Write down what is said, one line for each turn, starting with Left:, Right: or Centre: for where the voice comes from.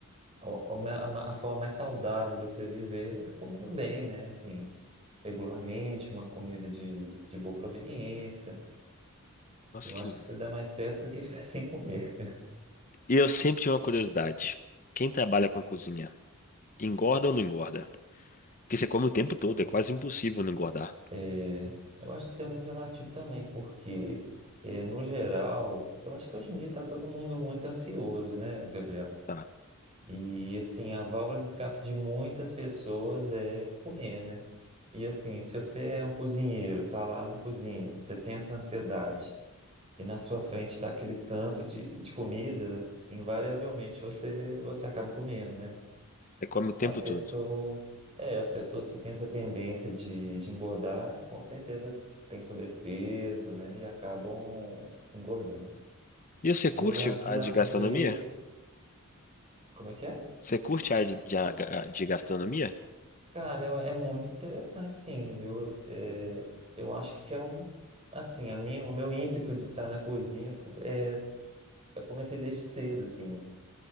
Right: a, a ma- a ma- a forma mais saudável de você viver é comendo bem, né? Assim, regularmente, uma comida de, de boa proveniência.
Left: Nossa,
Right: Eu
Left: que.
Right: acho
Left: Hum.
Right: que isso dá mais certo do que ficar <laughs> sem comer.
Left: E eu sempre tive uma curiosidade. Quem trabalha com cozinha, engorda ou não engorda? Porque você come o tempo todo,
Right: Então,
Left: é quase impossível não engordar.
Right: é, eu acho que isso é muito relativo também, porque, é, no geral, eu acho que hoje em dia está todo mundo muito ansioso, né, Gabriel?
Left: Tá.
Right: E assim, a válvula de escape de muitas pessoas é comer, né? E assim, se você é um cozinheiro, tá lá na cozinha, você tem essa ansiedade e na sua frente tá aquele tanto de, de comida, invariavelmente você você acaba comendo, né?
Left: Você come o tempo
Right: As pessoas,
Left: todo.
Right: é, as pessoas que têm essa tendência de, de engordar, com certeza têm sobrepeso, né? E acabam engordando.
Left: E você curte
Right: Eu, graças
Left: a
Right: a
Left: de gastronomia?
Right: Deus, como é que é?
Left: Você curte a área de, de, a- de gastronomia?
Right: Cara, eu- é muito interessante, sim, viu? É, eu acho que é um, assim, a minha, o meu ímpeto de estar na cozinha, fo- é, eu comecei desde cedo, assim,